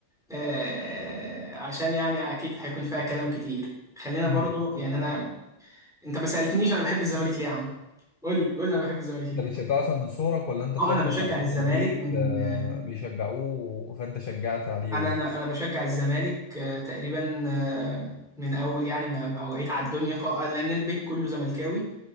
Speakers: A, in the centre; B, on the left.
A: آه عشان يعني اكيد هيكون فيها كلام كتير خلينا
B: ايه
A: برضو يعني انا انت ما سالتنيش انا بحب الزمالك ليه يا عم قول لي قول لي انا بحب الزمالك ليه
B: ده بيشجعوه اصلا من صغرك ولا انت
A: اه
B: طلعت
A: انا بشجع
B: مثلا عشان
A: الزمالك
B: البيت
A: من
B: آه،
A: آه،
B: بيشجعوه فانت شجعت عليهم
A: انا انا انا بشجع الزمالك آه، تقريبا آه، من اول يعني ما ما وعيت على الدنيا ق- لان البيت كله زملكاوي